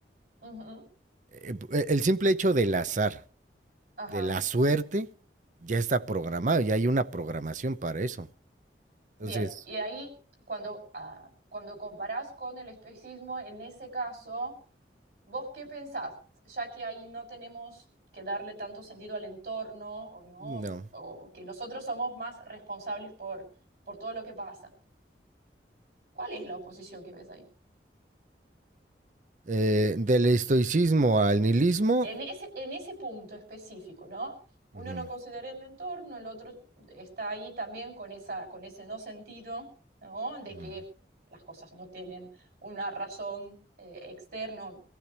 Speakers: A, on the right; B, on the right.
A: ujú.
B: eh, el simple hecho del azar,
A: Ajá.
B: de la suerte, ya está programado, ya hay una programación para eso.
A: Bien,
B: Entonces,
A: y ahí cuando, ah, cuando comparás con el estoicismo, en ese caso, ¿vos qué pensás? Ya que ahí no tenemos que darle tanto sentido al entorno o no,
B: no.
A: o que nosotros somos más responsables por, por todo lo que pasa. ¿Cuál es la oposición que ves ahí?
B: Eh, del estoicismo al nihilismo,
A: en ese, en ese punto específico, ¿no? Uno
B: uh -huh,
A: no considera el entorno, el otro está ahí también con, esa, con ese no sentido, ¿no? De
B: uh
A: que
B: -huh.
A: las cosas no tienen una razón eh, externa.